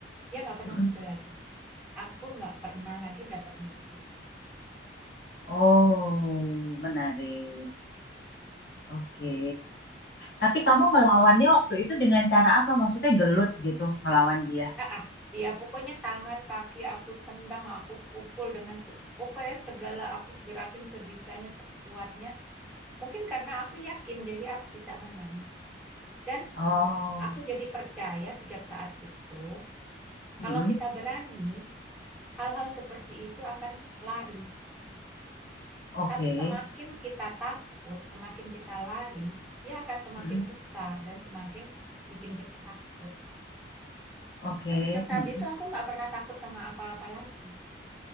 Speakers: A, in the centre; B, on the left.
A: dia nggak pernah
B: Mm-mm.
A: muncul lagi. Aku nggak pernah lagi dapat mimpi itu.
B: Oh, menarik. Oke. Tapi kamu melawannya waktu itu dengan cara apa? Maksudnya gelut gitu, melawan dia?
A: Ah, ah, ya pokoknya tangan, kaki aku tendang, aku pukul dengan se- pokoknya segala aku gerakin sebisanya, sekuatnya. Mungkin karena aku yakin jadi aku bisa menang. Dan
B: Oh,
A: aku jadi percaya sejak saat itu,
B: Mm-mm.
A: kalau kita berani, hal-hal seperti itu akan lari.
B: Oke.
A: Tapi semakin kita takut, semakin kita lari, dia akan semakin
B: Mm-mm.
A: besar dan semakin bikin kita takut.
B: Oke.
A: Nah, sejak saat
B: Mm-mm.
A: itu aku nggak pernah takut sama apa-apa lagi.